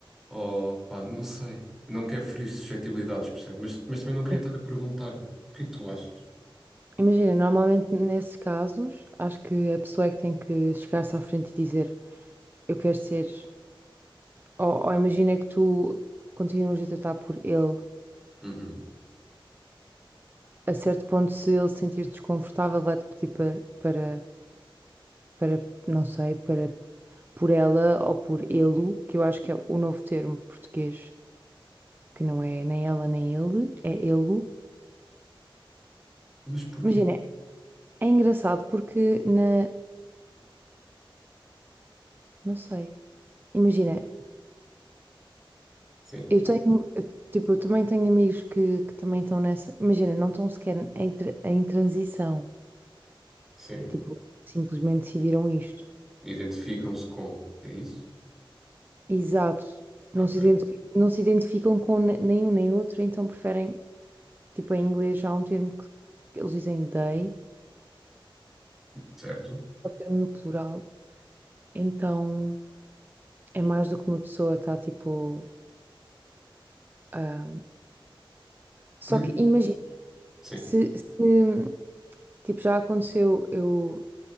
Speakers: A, in the centre; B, on the right (about 20°).
A: ou, pá, não sei. Não quero ferir suscetibilidades, percebes? Mas, mas também não queria
B: sim,
A: estar a perguntar né? o que é que tu achas?
B: Imagina, normalmente nesses casos, acho que a pessoa é que tem que chegar-se à frente e dizer eu quero ser. Ou, ou imagina que tu continuas a tratar por ele.
A: Uhum.
B: A certo ponto, se ele se sentir desconfortável, vai-te pedir para, para, para, não sei, para por ela ou por ele, que eu acho que é o novo termo português, que não é nem ela nem ele, é ele.
A: Mas porquê?
B: Imagina, é engraçado porque na, Não sei. Imagina,
A: Sim,
B: eu tenho, eu, tipo, eu também tenho amigos que, que também estão nessa. Imagina, não estão sequer em, tra- em transição.
A: sim.
B: Tipo, simplesmente decidiram isto.
A: Identificam-se como, é isso?
B: Exato. Não
A: Ok,
B: se identifi- não se identificam com ne- nenhum nem outro, então preferem, tipo, em inglês há um termo que, que eles dizem they,
A: certo.
B: é o termo no plural. Então é mais do que uma pessoa está, tipo. ah, Só
A: Mas-
B: que imagina,
A: Sim,
B: se, se, tipo, já aconteceu eu.